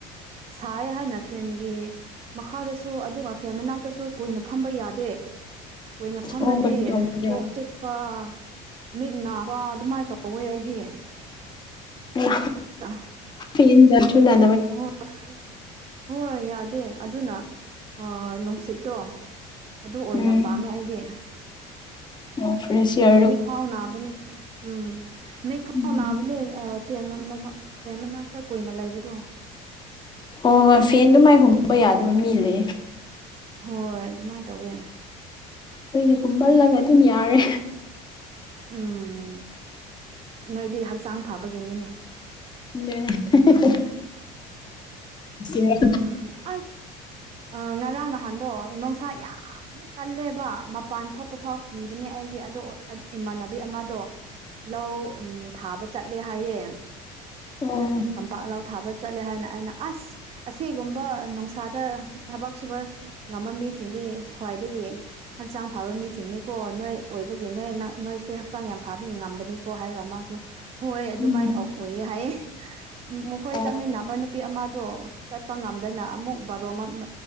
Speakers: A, on the right; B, on the left.
A: ꯁꯥꯏ ꯍꯥꯏꯅ ꯐꯦꯟꯒꯤ ꯃꯈꯥꯗꯁꯨ ꯑꯗꯨꯒ ꯐꯦꯝ ꯃꯅꯥꯛꯇꯁꯨ ꯀꯨꯏꯅ ꯐꯝꯕ ꯌꯥꯗꯦ ꯅ ꯐꯝꯃꯗꯤ
B: ꯑꯣ ꯀꯔꯤ ꯇꯧꯕ꯭ꯔꯥ
A: ꯀꯣꯛ ꯆꯤꯛꯄ ꯃꯤꯛ ꯅꯥꯕ ꯑꯗꯨꯃꯥꯏꯅ ꯇꯧꯋꯦ ꯑꯩꯗꯤ
B: ꯎ
A: ꯑ
B: ꯐꯤꯟꯗ ꯆꯗ
A: ꯍ ꯍꯣꯏ ꯌꯥꯗꯦ ꯑꯗꯨꯅ ꯅꯨꯡꯁꯤꯠꯇꯣ ꯑꯗꯨ ꯑꯣꯏꯅ
B: ꯎꯝ
A: ꯄꯥꯝꯃꯦ ꯑꯩꯗꯤ
B: ꯑꯣ ꯐꯦꯁꯤ ꯌꯥ
A: ꯃꯤ ꯈꯥꯎꯅꯕꯅꯤ ꯎꯝ
B: ꯎꯝ
A: ꯃ ꯃꯥꯕꯅꯦ ꯐꯦꯟ ꯐꯦꯟ ꯃꯅꯥꯛꯇ ꯀꯨꯏꯅ ꯂꯩꯕꯗꯣ
B: ꯑꯣ ꯍꯣꯏ ꯐꯦꯟꯗꯨ ꯃꯥꯏ ꯍꯨꯝꯕ ꯌꯥꯗꯕ ꯃꯤ ꯂꯩꯌꯦ
A: ꯍꯣꯏ ꯑꯗꯨꯃꯥꯏꯅ ꯇꯧꯔꯦ
B: ꯑꯩꯈꯣꯏꯁ ꯈꯨꯝꯃꯜꯂꯒ ꯑꯗꯨꯝ ꯌꯥꯔꯦ
A: ꯎꯝ ꯅꯣꯏꯗꯤ ꯍꯛꯆꯥꯡ ꯐꯕꯒꯤꯅꯤꯅꯦ
B: ꯍꯣꯏꯅꯦ <unintelligible> ꯁꯤꯔ
A: ꯎꯝ ꯑꯁ ꯑ ꯉꯔꯥꯡ ꯅꯍꯥꯟꯗꯣ ꯅꯨꯡꯁꯥ ꯌꯥꯝ ꯀꯜꯂꯦꯕ ꯃꯄꯥꯟ ꯊꯣꯛꯄ ꯐꯥꯎ ꯀꯤꯕꯅꯦ ꯑꯩꯗꯤ ꯑꯗꯨ ꯏꯃꯥꯟꯅꯕꯤ ꯑꯃꯗꯣ ꯂꯧ ꯎꯝ ꯊꯥꯕ ꯆꯠꯂꯦ ꯍꯥꯏꯌꯦ꯫
B: ꯑ
A: ꯄꯥꯛꯂꯥꯎ ꯊꯥꯕ ꯆꯠꯂꯦ ꯍꯥꯏꯅ ꯑꯩꯅ ꯑꯁ ꯑꯁꯤꯒꯨꯝꯕ ꯅꯨꯡꯁꯥꯗ ꯊꯕꯛ ꯁꯨꯕ ꯉꯝꯕ ꯃꯤꯁꯤꯡꯗꯤ ꯈ꯭ꯋꯥꯏꯗꯒꯤ ꯍꯛꯆꯥꯡ ꯐꯥꯕ ꯃꯤꯁꯤꯡꯅꯤꯀꯣ ꯅꯣꯏ ꯑꯣꯏꯕꯒꯤ ꯅꯣꯏ ꯅꯣꯏꯁꯦ ꯍꯛꯆꯥꯡ ꯌꯥꯝ ꯐꯥꯕꯒꯤ ꯉꯝꯕꯅꯤ꯫ ꯀꯣ ꯍꯥꯏꯔꯒ ꯃꯥꯁꯨ ꯍꯣꯏ ꯑꯗꯨꯃꯥꯏꯅ
B: ꯎꯝ ꯎꯝ
A: ꯑꯣꯏꯌꯦ ꯍꯥꯏꯌꯦ꯫ ꯃꯈꯣꯏ
B: ꯑꯣ
A: ꯆꯠꯃꯤꯟꯅꯕ ꯅꯨꯄꯤ ꯑꯃꯗꯣ ꯆꯠꯄ ꯉꯝꯗꯅ ꯑꯃꯨꯛ ꯕꯥꯔꯣ ꯃ